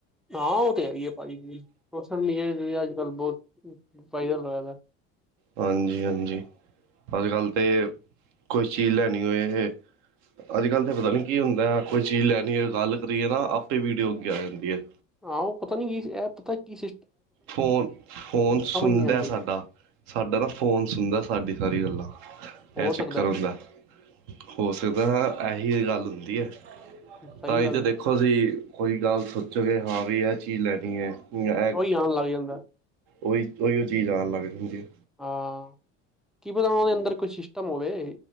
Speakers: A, in the centre; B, on the right.
A: ਹਾਂ ਔਹ ਤੇ ਹੈ ਈ ਪਾਜੀ, ਮੌਸਮ ਈ ਏ ਜਿਵੇੰ ਅੱਜ ਕੱਲ ਬੋਤ <unintelligible>
B: ਹਾਂਜੀ-ਹਾਂਜੀ, ਅੱਜ ਕੱਲ੍ਹ ਤੇ ਕੋਈ ਚੀਜ਼ ਲੈਣੀ ਹੋਏ ਹੇ ਅਜ ਕੱਲ ਤੇ ਪਤਾ ਨੀ ਕੀ ਹੁੰਦਾ ਏ? ਕੋਈ ਚੀਜ਼ ਲੈਣੀ ਹੋਏ, ਗੱਲ ਕਰੀਏ ਨਾ, ਆਪੇ ਵੀਡੀਓ ਅੱਗੇ ਆ ਜਾਂਦੀ ਏ।
A: ਹਾਂ ਔਹ ਪਤਾ ਨੀ ਕੀ? ਏ ਪਤਾ ਕੀ ਸਿਸ
B: ਫੋਨ, ਫੋਨ ਸੁਨਦਾ
A: ਨਹੀਂ ਆਉਂਦੀ
B: ਸਾਡਾ। ਸਾਡਾ ਨਾ ਫੋਨ ਸੁਣਦਾ ਸਾਡੀ ਸਾਰੀ ਗੱਲਾਂ,
A: ਹੋ
B: ਏਹ ਚੱਕਰ
A: ਸਕਦਾ
B: ਹੁੰਦਾ। ਹੋ ਸਕਦਾ ਏ, ਏਹੀਉ ਗੱਲ ਹੁੰਦੀ ਏ,
A: ਸਹੀ
B: ਤਾਂ ਈ
A: ਗੱਲ
B: ਤੇ ਦੇਖੋ
A: ਹੈ
B: ਤੁਸੀਂ ਕੋਈ ਗੱਲ ਸੋਚੋਗੇ, ਹਾਂ ਵੀ ਏਹ ਚੀਜ਼ ਲੈਣੀ ਏ, ਯਾ ਏ
A: ਉਹੀ ਆਉਣ ਲੱਗ ਜਾਂਦਾ
B: ਔਹੀ ਉਈਓ ਚੀਜ਼ ਆਣ ਲਗ ਜਾਂਦੀ ਏ।
A: ਹਾਂ, ਕੀ ਪਤਾ
B: ਹਾਂਜੀ
A: ਉਅਦੇ ਅੰਦਰ ਕੋਈ ਸ਼ੀਸ਼ਟਮ ਹੋਵੇ?